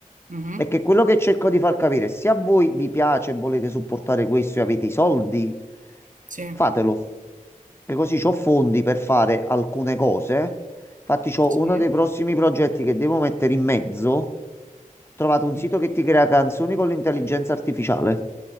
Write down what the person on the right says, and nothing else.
mhm,
Sì,
sì.
mhm.